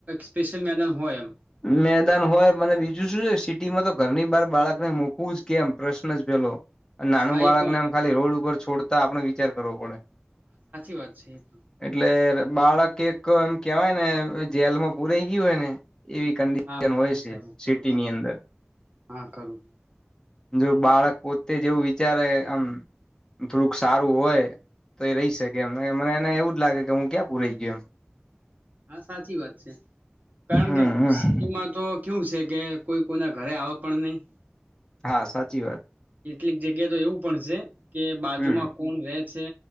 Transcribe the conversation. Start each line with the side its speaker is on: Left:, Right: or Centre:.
Right: સ્પેશિયલ મેદાન હોય એમ.
Left: મેદાન હોય મને બીજું શું છે સિટીમાં તો ઘરની બહાર બાળકને મૂકવું જ કેમ પ્રશ્ન જ પેલો. નાનું
Right: હા
Left: બાળકને
Right: એ પણ
Left: એમ ખાલી રોડ ઉપર છોડતા આપણો વિચાર કરવો પડે.
Right: તો અછા <unintelligible>
Left: એટલે બાળક એક એમ કેવાય ને જેલમાં પુરાઈ ગયું હોય ને એવી કંડિશન
Right: હા હા
Left: હોય
Right: એ
Left: છે
Right: ખરું ખરું
Left: સિટીની
Right: ખરું
Left: અંદર.
Right: હા ખરું
Left: જો બાળક પોતે જેવું વિચારે આમ થોડુંક સારું હોય. તો એ રહી શકે એમ મને એને એવું જ લાગે કે હું ક્યાં પૂરાઈ ગયો એમ
Right: હા સાચી વાત છે કારણ
Left: હમ
Right: કે
Left: હમ
Right: સિટીમાં તો કેવું છે કે કોઈ કોઈના ઘરે આવે પણ નહી
Left: હા સાચી વાત
Right: કેટલીક જગ્યા તો એવું પણ છે કે બાજુમાં
Left: હમ
Right: કોણ રહે છે